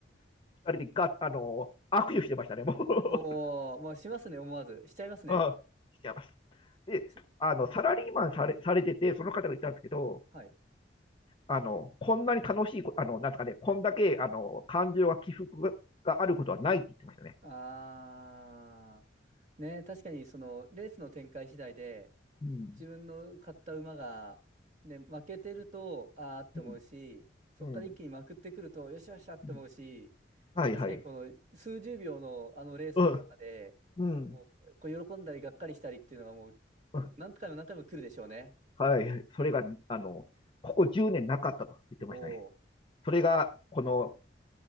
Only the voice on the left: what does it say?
<laughs> 二人でガッ、あの、握手してましたね、もう。
<laughs> あ、してます。で、
あの、サラリーマンされ、されてて、その方が言ったんですけど、
あの、こんなに楽しいこ、あの、なんですかね、こんだけ、あの、感情が起伏が、があることはないって言ってましたね。
うん。
うん。
うん。
うんはいはい。
うん。うん。
うん
はい。それが、あの、ここ10年なかったと言ってましたね。
それが、この、